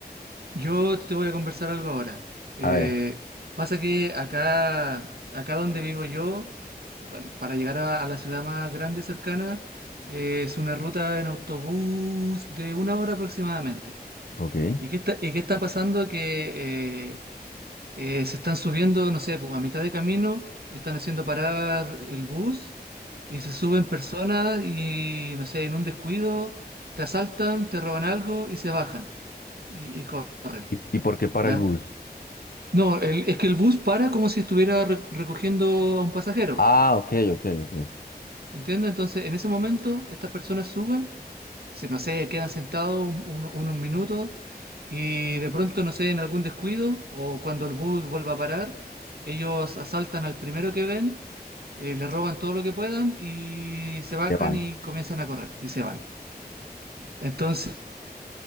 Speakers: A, on the right; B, on the left.
A: yo te voy a conversar algo ahora. Eh,
B: A ver,
A: pasa que acá, acá donde vivo yo, bueno, para llegar a, a la ciudad más grande cercana, eh, es una ruta en autobús de una hora aproximadamente.
B: ok.
A: ¿Y qué está, y qué está pasando? Que eh, Eh, se están subiendo, no sé, pues, a mitad de camino, están haciendo parar el bus y se suben personas y, no sé, en un descuido te asaltan, te roban algo y se bajan y, y corren,
B: ¿Y, y por qué para
A: ¿ya?
B: el bus?
A: No, el- es que el bus para como si estuviera re- recogiendo a un pasajero,
B: Ah, ok, ok, ok.
A: ¿entiendes? Entonces, en ese momento, estas personas suben se- no sé, quedan sentados un- un- unos minutos y de pronto, no sé, en algún descuido o cuando el bus vuelva a parar, ellos asaltan al primero que ven, eh, le roban todo lo que puedan y se bajan
B: Te van.
A: y comienzan a correr y se van. Entonces,